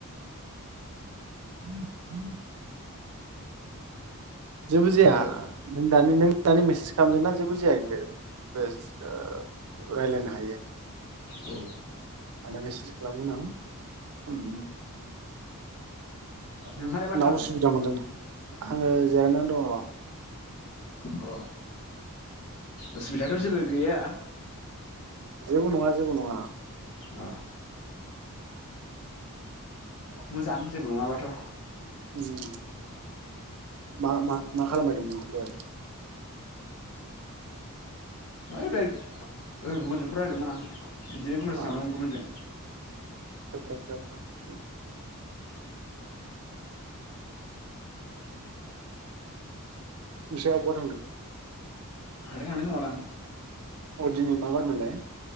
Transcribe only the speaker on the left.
हेल'
औ
नोंहालाय माथो
खामदों?
अ उसुबिदाथ' जेबो गैया
अ मोजां जेबो नङाबाथ'
है दहय ओ गुबुनजों फन रायलायदोंमोन आं बिदिनो
<unintelligible> गुबुनजों
हाथाय थांदों खोमादां